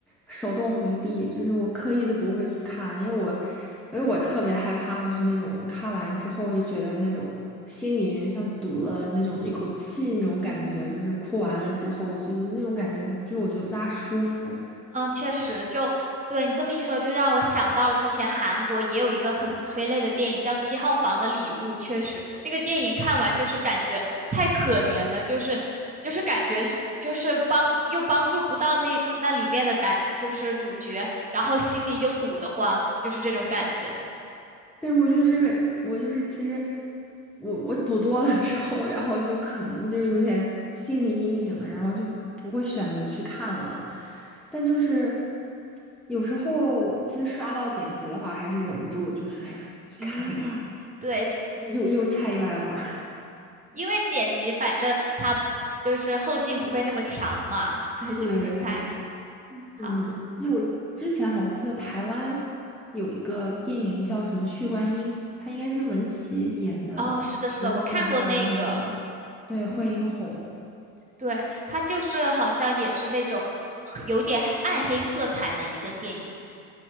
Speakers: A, in the centre; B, on the right (about 20°).
A: 手动回避，就是我刻意的不会去看，因为我因为我特别害怕，就是那种看完之后就觉得那种心里面像堵了那种一口气那种感觉，
B: 嗯，
A: 就是哭完了之后就是那种感觉，就是我觉得不大舒服。
B: 嗯，确实，就对你这么一说，就让我想到了之前韩国也有一个很催泪的电影，叫《七号房的礼物》。确实，那个电影看完就是感觉太可怜了，就是就是感觉是就是帮又帮助不到那那里面的男，就是主角，然后心里又堵得慌，就是这种感觉。
A: 对，我就是我就是，其实我我赌多了之后，然后就可能就有点心理阴影了，然后就不会选择去看了。但就是有时候其实刷到剪辑的话，还是忍不住就是 <laughs> 去看一看，
B: 嗯，对，
A: 又又菜又爱玩儿
B: 因为剪辑反正他就是后劲不会那么强嘛，
A: <laughs>
B: 所以就是看一看。
A: 对对，
B: 嗯，好。
A: 嗯，就是我之前好像记得台湾有一个电影叫什么《血观音》，它应该是文淇演的，
B: 哦，是的，是的，
A: 文淇还有那个
B: 我看过那个，
A: 对惠英红。
B: 嗯，对，它就是好像也是那种有点暗黑色彩的一个电影。